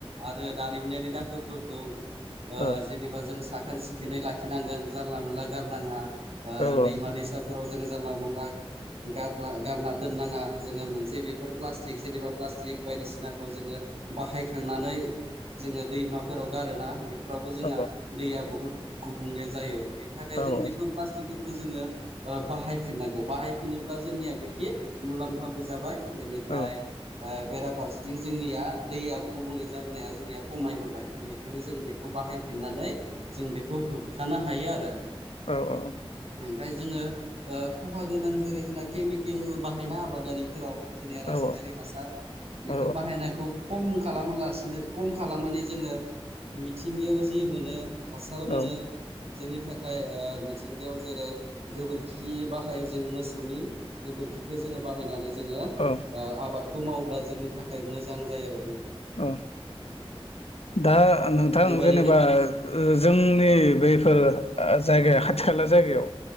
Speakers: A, on the right; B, on the left.
A: आरो दारिमिनारि दाखोरफोरखौ ओ
B: औ
A: जेनेबा जों साखोन सिखोनै लाखिनांगोन जानला मोनला गारनाङा ओ
B: औ
A: दैमा दैसाफोराव जोङो जानला मोनला गारना गारना दोननाङा जोङो मोनसे बेफोर प्लास्टिक जेनेबा प्लास्टिक बायदिसिनाखौ जोङो बाहायखांनानै जोङो दैमाफोराव गारोना बेफोरावबो जोंहा
B: औ
A: दैया बहुद गुबुंले जायो। बेनि थाखाय जों
B: औ
A: बेखौ प्लास्टिकफोर खो जोङो ओ बाहायफिननांगौ बाहायफिनोब्ला जोंनिया बेखि मुलाम्फाबो जाबाय बेनिफ्राय
B: औ
A: ओ बेराफारसेथिं जोंनिया दैयाबो गुबुंले जाबोनाया जोंनिया कमायबोबाय बेनिखायनो जों बेखौ बाहायफिननानै जों बेखौ होबथानो हायो आरो।
B: औ औ
A: ओमफाय जोङो ओ खहा गोनां जेरै जोंना केमिकेल बाहायोना आबादारिफोराव जोंनिया रासायनारि
B: औ औ
A: हासार बेफोर
B: औ
A: बाहायनायखौ कम खालामालास सिनो कम खालामनानै जोङो मिथिंगायाव जि मोनो हा <unintelligible> हासार मोनो
B: औ
A: जोंनि थाख खाय ओ मिथिंगायाव जेरै गोबोरखि बाहायो जोङो मोसौनि गोबोरखिखो जोङो बाहायनानै जोङो
B: औ
A: ओ आबादखौ मावोब्ला जोंनि थाखाय मोजां जायो आरो बे
B: औ दा नोंथां
A: बेबायदिनो
B: जेनेबा ओ जों नि बेफोर ओ जायगायाव खाथि खाला जायगायाव